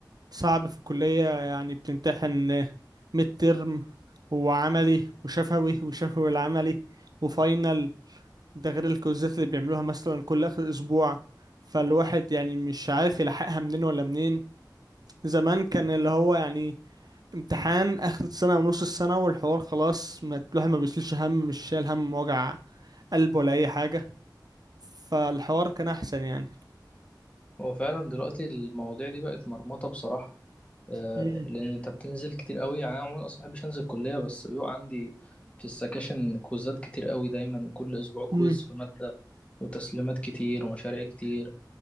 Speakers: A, on the right (about 55°); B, on the left (about 15°).
A: صعب في الكليه يعني بتمتحن ميد ترم وعملي وشفوي وشفوي العملي وفاينل ده غير الكوزات اللي بيعملوها مثلا كل اخر اسبوع فالواحد يعني مش عارف يلحقها منين ولا منين زمان كان اللي هو يعني امتحان اخر السنه او نص السنه والحوار خلاص ما الواحد ما بيشيلش هم مش شايل هم وجع قلب ولا اي حاجه فالحوار كان احسن يعني
B: هو فعلا دلوقتي المواضيع دي بقت مرمطة بصراحة آه،
A: مم.
B: لأن أنت بتنزل كتير قوي يعني أنا عموما أصلا مبحبش أنزل الكلية بس بيبقى عندي في السكاشن كويزات كتير قوي دايما كل أسبوع كويز
A: مم.
B: في مادة وتسليمات كتير ومشاريع كتير